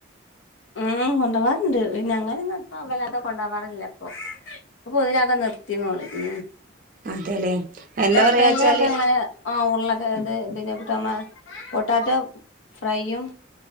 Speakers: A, on the left; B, on the right.
A: ഉം കൊണ്ടോവാറുണ്ട് പിന്നഞങ്ങ ന്നപ്പ വല്ലാതെ കൊണ്ടാവാറില്ല ഇപ്പൊ അപ്പൊതിലൊക്കെ നിർത്തി നോളി ഉ
B: അതെല്ലേ എന്താ
A: എപ്പഴെങ്കിലുംഒക്കെ
B: പറയാച്ചാല്
A: അങ്ങനെ ആ ഉള്ള അതത് പിന്നെ ഡോമ പൊട്ടാറ്റോ ഫ്രൈയും